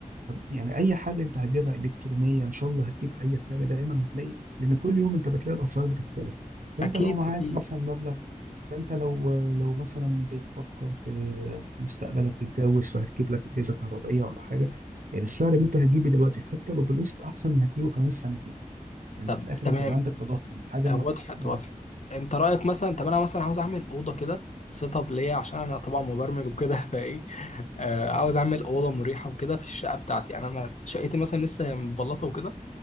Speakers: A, on the right; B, on the left.
A: يعني اي حاجه انت هتجيبها الكترونيه ان شاء الله هتجيب اي حاجه دايما هتلاقي لان كل يوم انت بتلاقي الاسعار بتختلف فانت
B: اكيد
A: لو معاك
B: اكيد
A: مثلا مبلغ فانت لو لو مثلا بتفكر ت- مستقبلك تتجوز فهتجيب لك اجهزه كهربائيه ولا حاجه يعني السعر اللي انت هتجيبه دلوقتي حتى لو بالقسط احسن ما هتجيبه كمان سنتين لان
B: طب
A: في الاخر
B: تمام
A: انت عندك تضخم الحاجه
B: آه،
A: النهار-
B: وضحت
A: اه
B: وضحت انت رايك مثلا طب انا مثلا عاوز اعمل اوضه كده سيت اب ليا عشان انا طبعا مبرمج وكده <laughs> فايه آه، عاوز اعمل اوضه مريحه وكده في الشقه بتاعتي يعني انا شقتي مثلا لسه هي متبلطه وكده